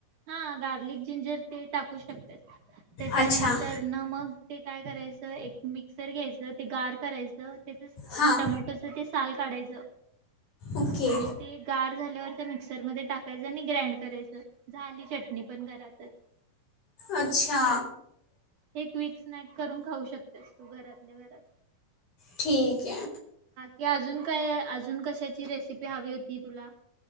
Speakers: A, on the right; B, on the left.
A: हा गार्लिक जिंजर ते टाकू शकतो त्याच्यानंतर
B: अच्छा
A: न मग ते काय करायचं एक? मिक्सर घ्यायच ते गार् करायचं त्याच
B: हां
A: टमॅटोच ते साल काढायचं
B: ओके
A: आणि ते गार झाल्यावर मिक्सरमध्ये टा ह्याच आणि ग्रँड करायचं झाली चटणी पण घरातच
B: अच्छा
A: हे क्विक स्नॅक करून खाऊ शकतेस तू घरातल्या घरात
B: ठीक ये.
A: कि अजून काय अजून कशाची रेसिपी हवी होती तुला?